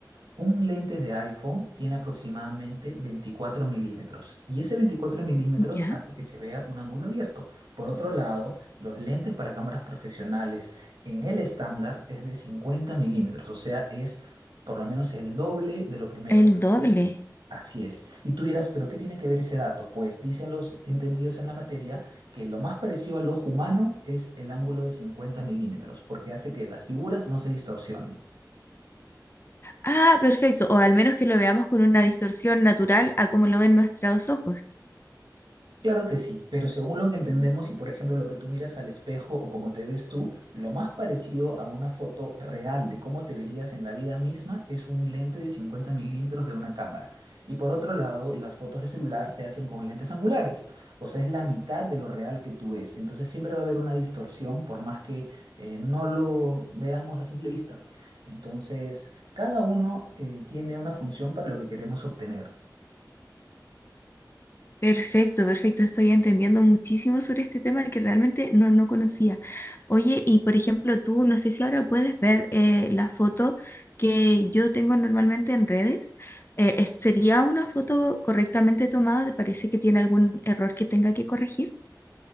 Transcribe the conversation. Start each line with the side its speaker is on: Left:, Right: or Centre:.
Right: un lente de iPhone tiene aproximadamente 24 milímetros y ese 24 milímetros
Left: ¿Ya?
Right: hace que se vea un ángulo abierto. Por otro lado, los lentes para cámaras profesionales en el estándar es de 50 milímetros, o sea, es por lo menos el doble de lo primero.
Left: El doble.
Right: Así es. Y tú dirás, ¿pero qué tiene que ver ese dato? Pues dicen los entendidos en la materia que lo más parecido al ojo humano es el ángulo de 50 milímetros, porque hace que las figuras no se distorsionen.
Left: Ah, perfecto. O al menos que lo veamos con una distorsión natural a como lo ven nuestros ojos.
Right: Claro que sí, pero según lo que entendemos y por ejemplo lo que tú miras al espejo o cómo te ves tú, lo más parecido a una foto real de cómo te verías en la vida misma es un lente de 50 milímetros de una cámara. Y por otro lado, las fotos de celular se hacen con lentes angulares, o sea, es la mitad de lo real que tú ves. Entonces siempre va a haber una distorsión por más que eh, no lo veamos a simple vista. Entonces, cada uno eh, tiene una función para lo que queremos obtener.
Left: Perfecto, perfecto. Estoy entendiendo muchísimo sobre este tema que realmente no, no conocía. Oye, y por ejemplo, tú, no sé si ahora puedes ver eh, la foto que yo tengo normalmente en redes. Eh, es- ¿sería una foto correctamente tomada? ¿Te parece que tiene algún error que tenga que corregir?